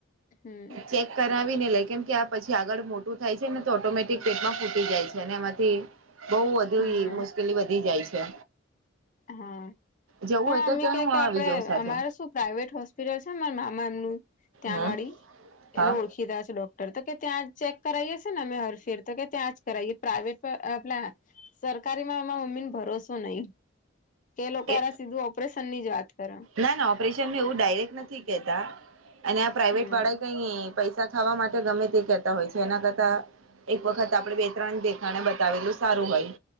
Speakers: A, on the left; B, on the right.
A: હમ.
B: ચેક કરાવી ને લે કેમ કે આ પછી આગળ મોટું થાય છે ને તો ઓટોમેટિક પેટમાં ફૂટી જાય છે અને એના માંથી બઉ વધુ
A: હમ
B: મુશ્કેલી વધી જાય છે.
A: હા
B: જવું હોય
A: પણ
B: તો
A: મમ્મી કે
B: હું
A: કે
B: આવી
A: આપડે
B: જઉં સાથે
A: અમારે શું. પ્રાઈવેટ હોસ્પિટલ છે મારા મામા નુ ત્યાં
B: હમ
A: વાળી
B: હા
A: એટલે ઓળખીતા છે ડોક તો કે ત્યાં ચેક કરાઇ હશે ને મે હરશીલ તો ત્યાં જ કરાવએ પ્રાઇવેટ પ્લા સરકારીમાં મારા મમ્મી ને ભરોસો તો નહી કે લોકો
B: એ
A: હારા સીધું ઓપરેશન ની જ વાત કરે.
B: ના ના ઓપરેશન એવું ડાયરેક્ટ નથી કહેતા અને આ પ્રાઈવેટ
A: હમ
B: વાળા કઈ. પૈસા ખાવા માટે ગમે તે કેહેતા હોય છે એના કરતા એક વખત આપડણે બે ત્રણ દેખાડે બતાવેલું સારું હોય.